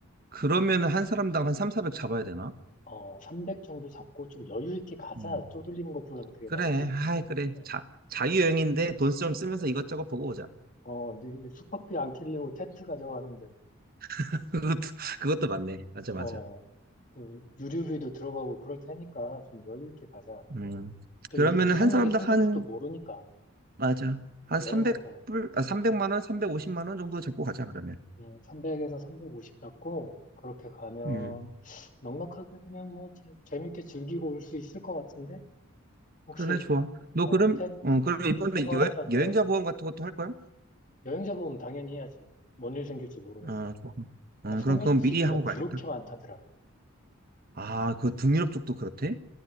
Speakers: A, on the right (about 45°); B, on the left (about 35°).
A: 그러면은 한 사람당 한 3, 400 잡아야 되나?
B: 어, 300 정도 잡고 좀 여유 있게 가자.
A: 음.
B: 쪼들리는 것보다는 그게
A: 그래,
B: 낫지.
A: 아이, 그래.
B: 어,
A: 자, 자유여행인데 돈 좀 쓰면서
B: 어,
A: 이것저것 보고 오자.
B: 어, 근데 이게 숙박비 안 kil리고 텐트 가져가는데, 뭐,
A: <laughs> 그것도, 그것도 맞네. 맞아, 맞아.
B: 어, 또 유류비도 들어가고 그럴 테니까 좀 여유 있게 가자.
A: 음.
B: 또
A: 그러면은
B: 이제 무슨
A: 한 사람당
B: 일이 생길지도
A: 한
B: 모르니까
A: 맞아. 한
B: 여행
A: 300불,
B: 갔다가,
A: 아, 300만 원, 350만 원 정도 잡고 가자, 그러면.
B: 음, 300에서 350 잡고 그렇게 가면
A: 음.
B: 넉넉하게 그냥 뭐 재, 재밌게 즐기고 올 수 있을 것 같은데? 혹시,
A: 그래, 좋아. 너
B: 어,
A: 그럼,
B: 텐,
A: 어, 그럼
B: 텐트
A: 이번에
B: 생활하다가
A: 여, 여행자 보험 같은 것도 할 거야?
B: 여행자 보험 당연히 해야지. 뭔 일 생길지 모르는데.
A: 아, 좋아. 어,
B: 야, 소매치기가
A: 그럼 그건 미리 하고
B: 그렇게
A: 가야겠다.
B: 많다더라.
A: 아, 그 등유럽 쪽도 그렇대?